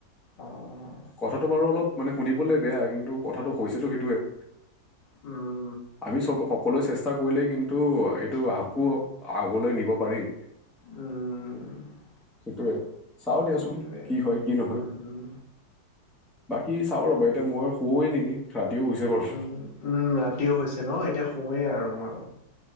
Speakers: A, on the left; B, in the centre.
A: অঁ
B: কথাটো বাৰু অলপ মানে শুনিবলে বেয়া কিন্তু কথাটো হৈছেতো সেইটোৱেই।
A: উম।
B: আমি চব সকলোৱে চেষ্টা কৰিলে কিন্তু এইটো আকৌ আগলৈ নিব পাৰি।
A: উম।
B: সেইটোয়ে। চাওঁ দিয়াচোন
A: সেইটোৱে
B: কি হয়, কি নহয়।
A: উম
B: বাকী চাওঁ ৰ'বা এতিয়া মই শুৱেই নেকি, ৰাতিও হৈছে বাৰু।
A: উম ৰাতিও হৈছে ন' এতিয়া শুৱেই আৰু মই।